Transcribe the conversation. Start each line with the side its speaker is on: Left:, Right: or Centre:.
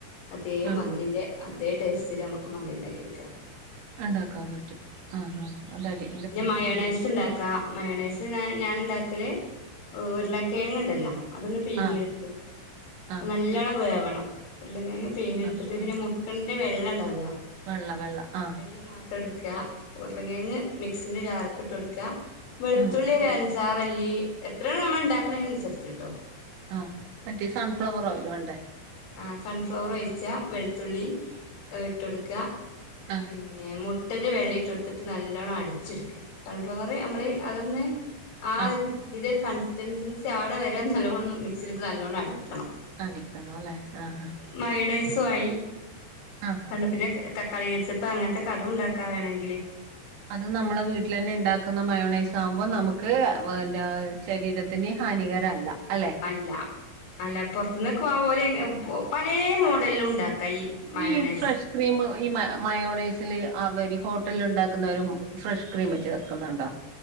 Left: അതേ
Right: ആഹ്
Left: മന്തിന്റെ അതേ ടേസ്റ്റില് ഞമ്മക്ക് മന്ദി ണ്ടാക്കിട്ക്കാ
Right: ഉണ്ടാക്കാൻ പറ്റും ആ ആ അതാടി
Left: പിന്നെ മയോണേഴ്സ് ണ്ടാക്കാ മയോണേഴ്സ് ഞാന് ഞാന്ണ്ടാക്കല് ഉരുളങ്ങെങ്ണ്ടല്ലോ അതൊന്ന് പിഴിങ്ങിട്ക്കും
Right: ആഹ് ആഹ്
Left: നല്ലോണം വേവണം ഉരുളൻ കെഴങ് പിഴിങ്ങിട്ത്ത്ട്ട്
Right: ആഹ്
Left: പിന്നെ
Right: ആഹ്
Left: മുട്ടന്റെ വെള്ള ണ്ടാവല്ലോ
Right: വെള്ള വെള്ള ആ
Left: ള്ള മാത്രട്ക്ക ഉരുളങ്ങെങ്ങ് മിക്സിന്റെ ജാറ്ക്ക്ട്ടൊട്ക്ക വെളുത്തുള്ളി
Right: ഉം
Left: ഒരഞ്ച് ജാറല്ലി എത്രെ നമ്മൾണ്ടാക്ക്ണെനൻസര്ച്ച് ട്ടോ
Right: ആ മറ്റേ സൺഫ്ലവറോയൽ വാണ്ടേ
Left: ആ സൺഫ്ലവറൊയ്ച്ചാ വെൾത്തുള്ളി ഇട്ടൊട്ക്ക
Right: ആഹ്
Left: പിന്നെ മു ട്ടന്റെ വെള്ളയിട്ടൊട്ത്ത്ട്ട് നല്ലോണ്ണം അടിച്ച്ട്ക്ക സൺഫ്ലവർ നമ്മള് അതൊന്ന് ആ
Right: ആഹ്
Left: ഇതിന്റെ ഒരു കൺസിസ്റ്റൻസൻസി ആവ്ണ വെരെ നല്ലോണൊന്ന് മിക്സിലിട്ട് നല്ലോണം അടിക്കണം
Right: അടിക്കണോലെ ആ ആ
Left: മയോണൈസു ആയി
Right: ആഹ്
Left: തണ്ണു പിന്നെ തക്കാളി കെച്ചപ്പ് അങ്ങൻത്തൊക്കെ അതും ണ്ടാക്കാ വേണെങ്കില്
Right: അത് നമ്മള് വീട്ടിലെന്നെ ണ്ടാക്കുന്ന മയോണൈസാകുമ്പോ നമുക്ക് <unintelligible> ശരീരത്തിന് ഹാനികരല്ല അല്ലെ
Left: അല്ല അല്ല പൊർത്ത്ന്നൊക്കെ വാങ്ങുമ്പോ ഓലെ പലേ മോഡല്ലും ണ്ടാക്കാ ഈ മയോണൈസ്
Right: ഈ ഫ്രഷ് ക്രീം ഈ മ മയോണേസില് അവര് ഹോട്ടല്ല്ണ്ടാക്ക്ന്നവരും ഫ്രഷ് ക്രീം ചേർക്ക്ന്ന്ണ്ടോ